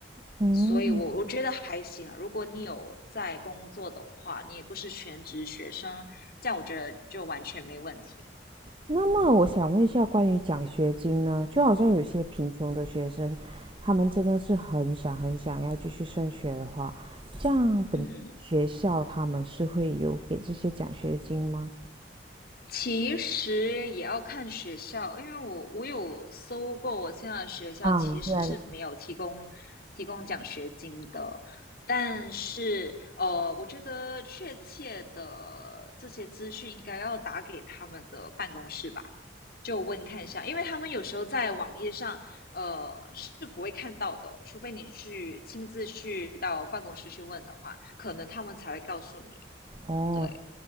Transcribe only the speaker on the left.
所以我我觉得还行啊如果你有在工作的话，你也不是全职学生，这样我觉得就完全没问题。
嗯其实也要看学校，因为我我有搜过，我现在的学校其实是没有提供提供奖学金的，
但是呃，我觉得确切的这些资讯应该要打给他们的办公室吧，就问看一下，因为他们有时候在网页上呃是不会看到的，除非你去亲自去到办公室去问的话，可能他们才会告诉你。
对，